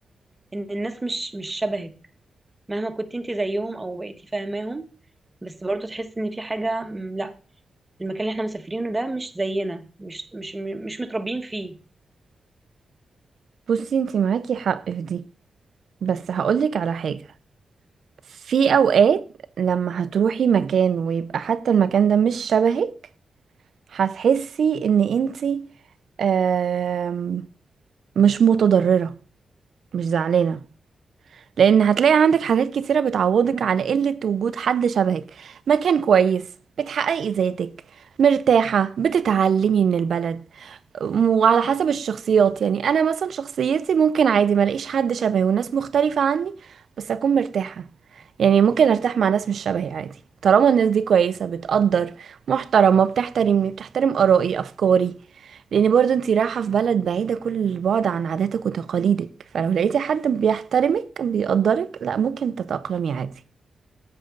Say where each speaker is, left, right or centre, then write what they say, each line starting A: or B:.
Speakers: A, on the right (about 20°); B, on the right (about 70°).
A: إن الناس مش مش شبهك مهما كنت انت زيهم او بقيتي فاهماهم بس برضه تحس ان في حاجة مم، لا المكان اللي احنا مسافرينه ده مش زينا مش مش مش متربيين فيه
B: بصي انتي معاكي حق في دي بس هقولك على حاجة في اوقات لما هتروحي مكان ويبقى حتى المكان ده مش شبهك هتحسي ان انتي آم، مش متضررة مش زعلانة لان هتلاقي عندك حاجات كتيرة بتعوضك على قلة وجود حد شبهك مكان كويس بتحققي ذاتك مرتاحة بتتعلمي من البلد وعلى حسب الشخصيات يعني انا مثلا شخصيتي ممكن عادي ما الاقيش حد شبهي والناس مختلفة عني بس اكون مرتاحة يعني ممكن ارتاح مع ناس مش شبهي عادي طالما الناس دي كويسة بتقدر محترمة بتحترمني بتحترم آرائي أفكاري لأن برضو انتي رايحة في بلد بعيدة كل البعد عن عاداتك وتقاليدك فلو لقيتي حد بيحترمك بيقدرك لا ممكن تتأقلمي عادي